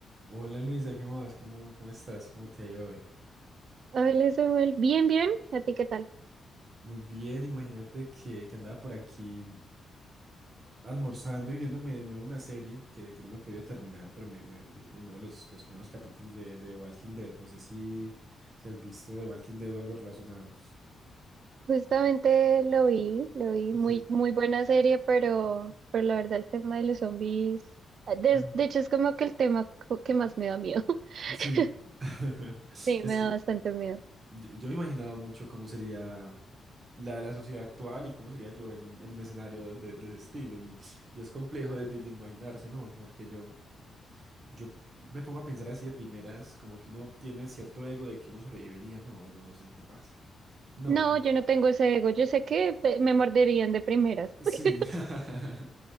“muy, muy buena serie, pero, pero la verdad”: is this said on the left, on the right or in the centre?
Right